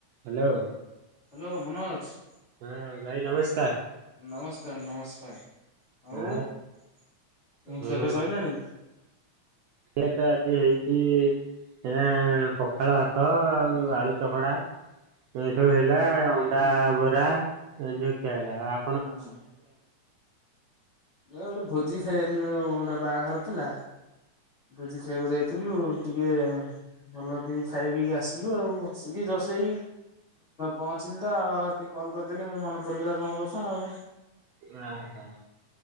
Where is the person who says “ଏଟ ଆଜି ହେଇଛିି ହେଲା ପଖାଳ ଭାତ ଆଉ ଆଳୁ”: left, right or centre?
Right